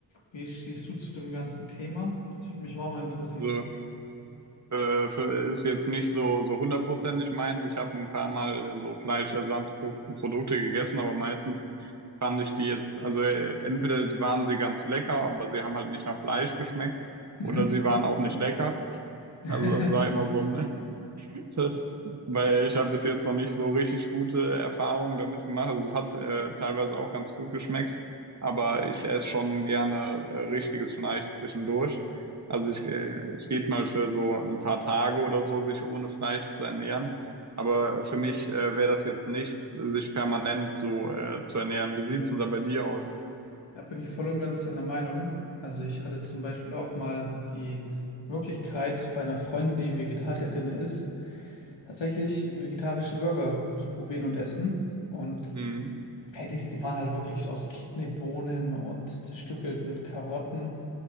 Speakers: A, on the left (about 80°); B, on the right (about 40°).
A: Wie stehst du zu dem ganzen Thema? Das würde mich auch mal interessieren.
B: Ja. Äh, für- ist jetzt nicht so, so hundertprozentig meins. Ich habe ein paar Mal so Fleischersatzprodukte gegessen, aber meistens fand ich die jetzt, also äh, entweder waren sie ganz lecker, aber sie haben halt nicht nach Fleisch geschmeckt
A: Mhm.
B: oder sie waren auch nicht lecker.
A: <laughs>
B: Also das war immer so ein <laughs> Weil ich habe bis jetzt noch nicht so richtig gute Erfahrungen damit gemacht. Also es hat äh, teilweise auch ganz gut geschmeckt, aber ich esse schon gerne äh, richtiges Fleisch zwischendurch. Also ich, äh, es geht mal für so ein paar Tage oder so, sich ohne Fleisch zu ernähren. Aber für mich äh, wäre das jetzt nichts, sich permanent so äh, zu ernähren. Wie sieht's denn da bei dir aus?
A: Da bin ich voll und ganz deiner Meinung. Also ich hatte zum Beispiel auch mal die Möglichkeit, bei einer Freundin, die Vegetarierin ist, tatsächlich vegetarische Burger zu probieren und essen. Und
B: Mhm.
A: die Patties, die waren halt wirklich so aus Kidneybohnen und zerstückelten Karotten.